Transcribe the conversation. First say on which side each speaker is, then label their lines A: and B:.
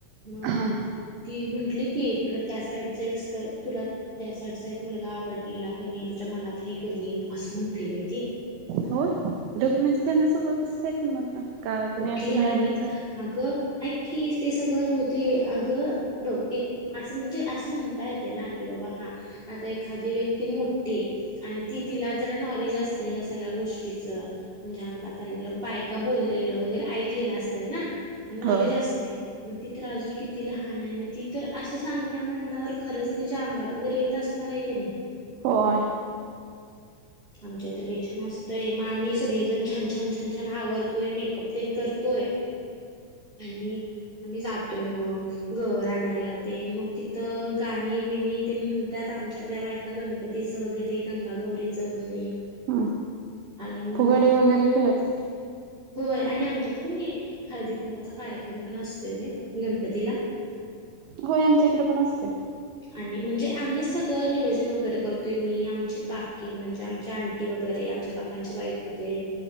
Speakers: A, on the right; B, on the right.
A: मग,
B: हा
A: ती म्हंटली की, तुला त्या साईडच एकस्थळ तुला. त्यासाइडचा एक मुलगा आवडलेला क नी तुझ्या मनात हाय क नी असं म्हंटली बाई ती.
B: होय ढग म्हणजे
A: होय
B: त्यांना सगळं कसं काय समजलं का कुणी
A: बघकी
B: असं बाहेरून
A: आणि
B: सांग
A: अगं ऐक की ते, सगळं राहू दे अगं बघ एक. असं म्हणजे असं म्हणता येते ना, की बाबा हा आता एखादी व्यक्ती मोठी ये. आणि ती तिला जरा नॉलेज असते, ह्या सगळ्या गोष्टीचं. म्हणजे अंगात आलेलं, बायका बोलेलं वगैरे ऐकलेलं असतं ना मग नॉलेज
B: होय
A: असते. म ती तर अजून किती लहान आहे आणि ती तर असं सांगता म्हटल्यावर खरंच तिज्या अंगात वगैरे येत अस नाराय कनी
B: होय.
A: हम्म. आमच्या इथ ले छान असतंय, मग आम्ही सगळी जण छान छान छान छान आवरतोय. मेकअप तेन करतोय. आणि आम्ही जातोय मग. गवर आणायला तेन मग तिथं गाणी विणी ते म्हणत्यात आमच्यातल्या बाय अ गणपतीचं वगैरे गंगागौरीचं बरे
B: हम्म
A: आणि मग.
B: फुगडी वगैरे खेळत
A: होय. आणि आमच्यात कणी, हळदी कुंकू चा कार्यक्रम पण असतोय बाई गणपतीला.
B: होय आमच्या इकडे पण असतोय.
A: आणि म्हणजे आम्हीचं सगळं नियोजन वगैरे करतोय मी आमची काकी म्हणजे आमच्या आण टी वगैरे आमच्या काकांची बाईकतेन